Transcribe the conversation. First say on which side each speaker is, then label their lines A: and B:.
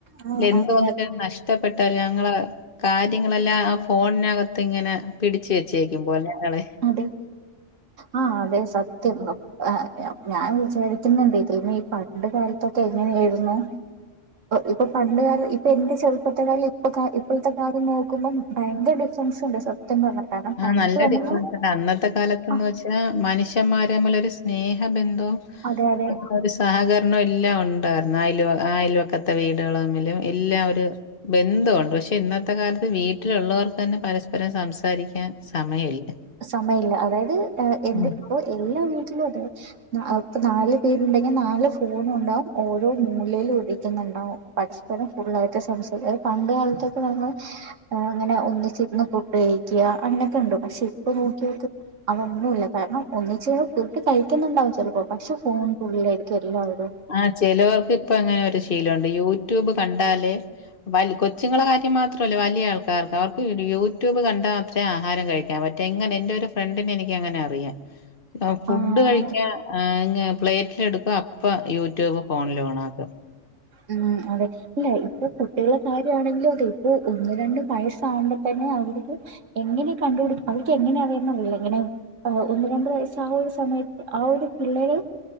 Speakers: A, on the right (about 85°); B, on the left (about 50°).
A: ആഹ്
B: എന്ത്
A: അതെ
B: തോന്നി നഷ്- ഷ്ടപ്പെട്ട ഞങ്ങള് കാര്യങ്ങളെല്ലാം ആ ഫോണിനകത്ത് ഇങ്ങനെ പിടിച്ച് വെച്ചേക്കുമ്പോലെ ആണ്.
A: അതെ ആഹ് അതെ സത്യം നു. ആഹ് ഞാൻ വിചാരിക്കുന്നുണ്ട് ഇതി ഈ പണ്ട് കാലത്തൊക്കെ എങ്ങനെയായിരുന്നു. ഇപ്പൊ പണ്ട് കാലം ഇപ്പൊ എന്റെ ചെറുപ്പത്തെ കാലം ഇപ്പൊ ഇപ്പോഴത്തെ കാലം നോക്കുമ്പം. ഭയങ്കര ഡിഫറൻസ്ണ്ട് സത്യം പറഞ്ഞ കാരണം
B: ആഹ്
A: പണ്ട്
B: നല്ല
A: നമ്മള്
B: ഡിഫറൻസ്ണ്ട് അന്നത്തെ കാലത്ത്ന്ന്
A: ആ
B: വെച്ചാ മനുഷ്യന്മാരെതമ്മിലൊരു സ്നേഹബന്ധവും.
A: അതെ അതെ.
B: ആ ഒരു സഹകരണം എല്ലാം ഉണ്ടായിരുന്നു അയൽ അയൽവക്കത്തെ വീടുകള് തമ്മിലും എല്ലാം ഒരു ബന്ധവുണ്ട് പക്ഷെ ഇന്നത്തെ കാലത്ത് വീട്ടിലുള്ളവർ തന്നെ പരസ്പരം സംസാരി ക്കാൻ സമയമില്ല
A: സമയമില്ല അതായത് എന്ത്
B: ഉം.
A: ഇപ്പോ എല്ലാ വീട്ടിലും അതെ ഇപ്പൊ നാല് പേരുണ്ടെങ്കിൽ നാല് ഫോണും ഉണ്ടാവും ഓരോ മൂലയിൽ ഇരിക്കുന്നുണ്ടാവും പരസ്പരം ഫുള്ളായിട്ട് സംസാരി അത് പണ്ട് കാലത്തൊക്കെ നമ്മൾ ഓ അങ്ങനെ ഒന്നിച്ചിരുന്ന് ഫുഡ് കഴിക്കുക അങ്ങനെയൊക്കെയുണ്ട് പക്ഷെ ഇ ഇപ്പ നോക്കിയോക്ക് അവ ഒന്നുല്ല കാരണം ഒന്നിച്ച് ഫുഡ് കഴിക്കുന്നുണ്ടാവും ചിലപ്പോൾ പക്ഷെ ഫോൺ. ഉള്ളിലേക്കെല്ലാവരും
B: ആഹ് ചിലോർക്ക് ഇപ്പ അങ്ങനെ ഒരു ശീലമുണ്ട് യൂട്യൂബ് കണ്ടാലേ വൽ കൊച്ചുങ്ങളെ കാര്യം മാത്രമല്ല വലിയ ആൾക്കാർക്ക് അവർക്ക് യൂട്യൂബ് കണ്ടാ മാത്രമേ ആഹാരം കഴിക്കാൻ പ എങ്ങനെ എന്റെരു ഫ്രണ്ടിനെ എനിക്കങ്ങനെ അറിയാം ഫുഡ്
A: ആ
B: കഴിക്കാൻ പ്ലേറ്റിലെടുക്ക അ പ്പോ യൂട്യൂബ് ഫോണിലാണിലോൺ ആകും
A: ഉം അതെ അല്ല ഇപ്പോ കുട്ടികളെ കാര്യമാണെങ്കിലും അതെ ഇപ്പോ ഒന്ന് രണ്ട് വയസ്സാകുമ്പോ തന്നെ അവർക്ക് എങ്ങനെ കണ്ടുപിടും അവര്ക്ക് എങ്ങനെയറിയാന്ന് അറിയില്ല എങ്ങനെ ആഹ് ഒന്ന് രണ്ട് വയസ്സ് ആ ഒരു സമയത്ത് ആ ഒരു പിള്ളേര്